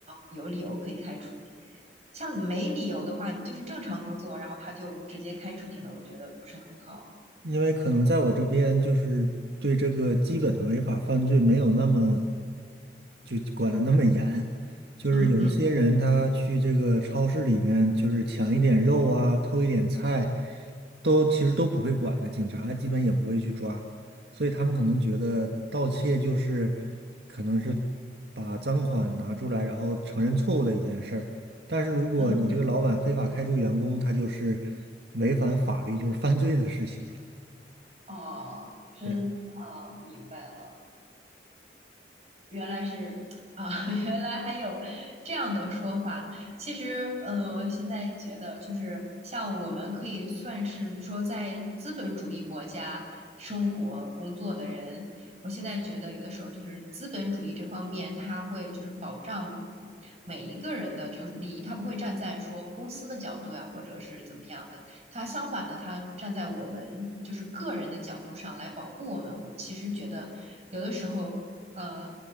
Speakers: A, on the right; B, on the right.
A: 有理由可以开除你。像没理由的话，你就是正常工作，然后他就直接开除你了，我觉得不是很好。
B: 因为可能在我这边就是对这个基本的违法犯罪没有那么就管的那么严，就是有一些人他去这个超市里面就是抢一点肉啊，
A: 嗯嗯
B: 偷一点菜，都其实都不会管的，警察基本也不会去抓，所以他们可能觉得盗窃就是可能是把赃款拿出来，然后承认错误的一件事儿。但是如果你这个老板非法开除员工，
A: 嗯，
B: 他就是违反法律，就是犯罪的事情。
A: 哦，真哦，
B: 对，
A: 明白了。原来是啊、<laughs> 原来还有这样的说法。其实，呃，现在觉得就是像我们可以算是说在资本主义国家生活工作的人，我现在觉得有的时候就是资本主义这方面，他会就是保障。每一个人的就是利益，他不会站在说公司的角度呀，或者是怎么样的，他相反的，他站在我们就是个人的角度上来保护我们。我其实觉得有的时候，呃，